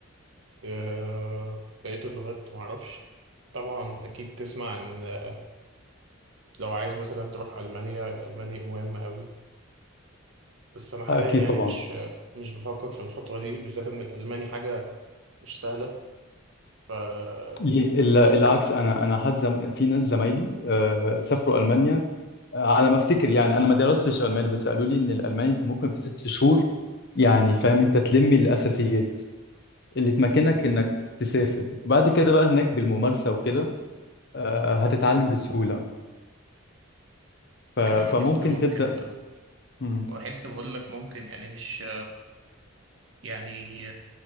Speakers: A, on the right; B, on the left.
A: آه، بقيه اللغات معرفش طبعا اكيد تسمع ان آه، لو عايز مثلا تروح المانيا الالماني مهم قوي بس انا حاليا
B: اكيد
A: يعني
B: طبعا
A: مش آه، مش بفكر في الخطوه دي بالذات ان الالماني حاجه مش سهله ف
B: ليه ال- العكس انا انا حد زم... في ناس زمايلي آه، سافروا المانيا آه، على ما افتكر يعني انا ما درستش الماني بس قالوا لي ان الالماني انت ممكن في ست شهور يعني فاهم انت تلم الاساسيات اللي تمكنك انك تسافر وبعد كده بقى هناك بالممارسة وكده آه، هتتعلم بسهولة ف... فممكن
A: يعني بحس ممكن
B: تبدأ مم،
A: بحس بقول لك ممكن يعني مش يعني